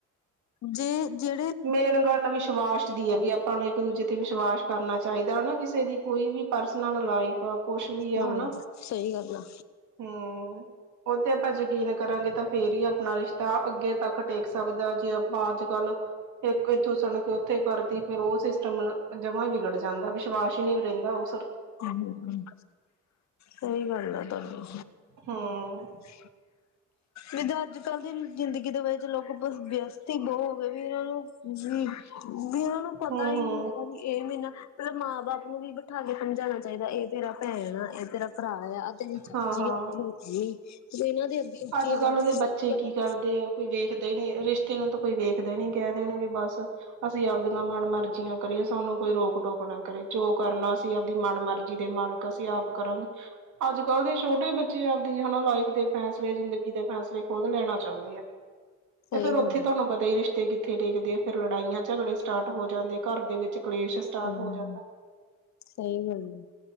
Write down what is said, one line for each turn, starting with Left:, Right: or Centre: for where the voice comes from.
Left: ਜੇ ਜੇ
Right: ਮੇਨ ਗੱਲ ਵਿਸ਼ਵਾਸ ਦੀ ਐ ਵੀ ਆਪਾਂ ਨੂੰ ਇੱਕ-ਦੂਜੇ ਤੇ ਵਿਸ਼ਵਾਸ ਕਰਨਾ ਚਾਹੀਦਾ ਹਨਾ। ਕਿਸੇ ਦੀ ਕੋਈ ਵੀ ਪਰਸਨਲ ਲਾਈਫ ਆ, ਕੁਛ ਵੀ ਆ
Left: ਹਾਂ
Right: ਹਨਾ
Left: ਸਹੀ ਗੱਲ ਆ,
Right: ਹੂੰ, ਉਹ ਤੇ ਆਪਾਂ ਯਕੀਨ ਕਰਾਂਗੇ ਤਾਂ ਫੇਰ ਹੀ ਆਪਣਾ ਰਿਸ਼ਤਾ ਅੱਗੇ ਤੱਕ ਟਿਕ ਸਕਦਾ ਜੇ ਆਪਾਂ ਅੱਜ-ਕੱਲ ਇਕ ਇੱਥੋਂ ਸੁਣ ਕੇ ਉੱਥੇ ਕਰਤੀ ਫੇਰ ਉਹ ਸਿਸਟਮ ਜਮਾਂ ਹੀ ਵਿਗੜ ਜਾਂਦਾ ਵਿਸ਼ਵਾਸ ਹੀ ਨਹੀਂ ਓ ਰਹਿੰਦਾ ਉ
Left: ਹੂੰ, ਸਹੀ ਗੱਲ ਆ ਤੁਹਾਡੀ
Right: ਹਮ
Left: <inaudible> ਜਿੱਦਾ ਅੱਜ-ਕੱਲ੍ਹ ਦੀ ਜ਼ਿੰਦਗੀ ਦੇ ਵਿੱਚ ਲੋਕ ਬਸ ਵਿਅਸਤ ਹੀ ਬਹੁਤ ਹੋ ਗਏ ਵੀ ਇਨਾਂ ਨੂੰ ਵੀ ਵੀ ਉਨਾਂ ਨੂੰ ਪਤਾ
Right: ਹਮ
Left: ਹੀ
Right: ਹਮ
Left: ਨਹੀਂ ਹੈਗਾ ਵੀ ਇਹ ਮੇਰੇ ਨਾ ਪਹਿਲਾ ਮਾਂ ਬਾਪ ਨੂੰ ਵੀ ਬਟ ਬਠਾ ਕੇ ਸਮਝਾਣਾ ਚਾਹੀਦਾ ਇਹ ਤੇਰਾ ਭੈਣ ਆ, ਇਹ ਤੇਰਾ ਭਰਾ ਏ ਆ। ਤੇਰੀ ਚਾਚੀ
Right: ਹਾਂ ਹਾਂ
Left: ਆ, ਤੇਰੀ ਕੀ‌ ਤੂੰ ਇਨਾਂ ਦੇ ਅੱਗੇ ਉੱਚੀ
Right: ਅੱਜ
Left: ਆਵਾਜ਼
Right: ਕੱਲ੍ਹ ਦੇ
Left: ਚ
Right: ਬੱਚੇ
Left: ਗੱਲ
Right: ਕੀ
Left: <unintelligible>
Right: ਕਰਦੇ ਆ ਕੋਈ ਵੇਖਦਾ ਹੀ ਨੀ ਰਿਸ਼ਤੇ ਨੂੰ ਤਾਂ ਕੋਈ ਵੇਖਦਾ ਹੀ ਨੀ ਕਹਿ ਦੇਣਗੇ ਬਸ ਅਸੀਂ ਆਪਦੀਆਂ ਮਨ-ਮਰਜ਼ੀਆਂ ਕਰੀਏ ਸਾਨੂੰ ਕੋਈ ਰੋਕ-ਟੋਕ ਨਾ ਕਰੇ ਜੋ ਕਰਨਾ ਅਸੀਂ ਆਪਦੀ ਮਨ ਮਰਜੀ ਦੇ ਮਾਲ ਕ ਅਸੀਂ ਆਪ ਕਰਾਂਗੇ। ਅੱਜ-ਕਲ ਦੇ ਛੋਟੇ ਬੱਚੇ ਆਪਦੀ ਹਨਾ ਲਾਈਫ ਦੇ ਫੈਸਲੇ ਜ਼ਿੰਦਗੀ ਦੇ ਫੈਸਲੇ ਖੁਦ ਲੈਣਾ ਚਾਹੁੰਦੇ ਆ।
Left: <inaudible>
Right: ਤੇ ਫੇਰ ਉੱਥੇ
Left: ਗੱਲ
Right: ਤੁਹਾਨੂੰ?
Left: ਹੈ
Right: ਪਤਾ ਹੀ ਰਿਸ਼ਤੇ ਕਿੱਥੇ ਟੇਕਦੇ ਆ ਫੇਰ ਲੜਾਈਆਂ ਝਗੜੇ ਸਟਾਰਟ ਹੋ ਜਾਂਦੇ ਆ ਘਰ ਦੇ ਵਿੱਚ ਕਲੇਸ਼ ਸਟਾਰਟ
Left: ਹਮ
Right: ਹੋ ਜਾਂਦਾ,
Left: ਸਹੀ ਗੱਲ ਹੈ